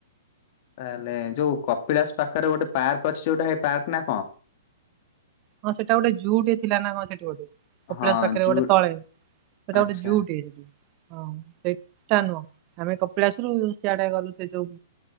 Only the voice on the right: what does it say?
ହଁ ସେଇଟା ଗୋଟେ ଜୁଉ ଟେ ଥିଲା ନା କ ସେଠି ଗୋଟେ କପିଳାଶ
ପାଖରେ
ଗୋଟେ ତଳେ। ସେଇଟା
ଗୋଟେ ଜୁଉ ଟେ। ହଁ ସେଇଟା ନୁହଁ ଆମେ କପିଳାସରୁୁ ସିଆଡେ ଗଲୁ ସେ ଯୋଉ